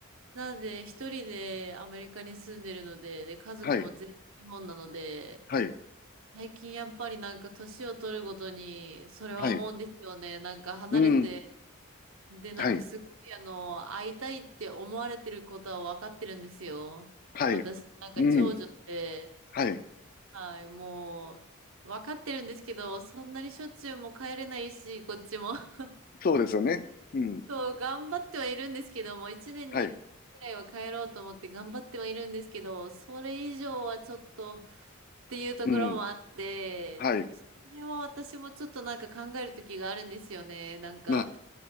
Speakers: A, on the right; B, on the left.
A: なんで一人でアメリカに住んでるので、で、家族も全員日本なので、
B: はい、はい、
A: 最近やっぱりなんか年を取るごとに、それは思うんですよね。
B: はい、
A: なんか離れて、
B: うん、
A: で、なんかすごいあの、
B: はい、
A: 会いたいって思われてることは分かってるんですよ。
B: はい、
A: 私、なんか長女で、
B: うん、はい、
A: はい、もう、わかってるんですけど、そんなにしょっちゅうも帰れないし、こっちも。<laughs>
B: そうですよね。うん、
A: そう、頑張ってはいるんですけども、一年に一回ぐらいは帰ろうと思って頑張ってはいるんですけど、
B: はい、
A: それ以上はちょっとっていうところもあって、
B: うん。はい。
A: それは私もちょっとなんか考える時があるんですよね。なんか、
B: まあ、